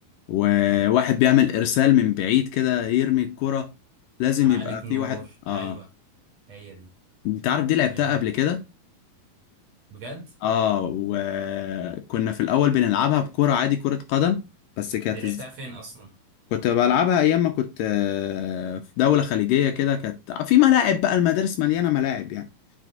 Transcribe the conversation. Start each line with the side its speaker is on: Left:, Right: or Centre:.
Left: وواحد
Right: اه
Left: بيعمل ارسال من بعيد كده يرمي الكرة لازم
Right: عليك
Left: يبقى
Right: نور
Left: في واحد اه
Right: أيوة هي دي
Left: انت عارف دي لعبتها
Right: آه.
Left: قبل كده
Right: بجد
Left: اه وكنا في الاول بنلعبها بكرة عادي كرة قدم بس كانت
Right: دي لعبتها فين أصلا
Left: كنت بلعبها ايام ما كنت آه، في دولة خليجية كده كانت في ملاعب بقى المدارس مليانة ملاعب يعني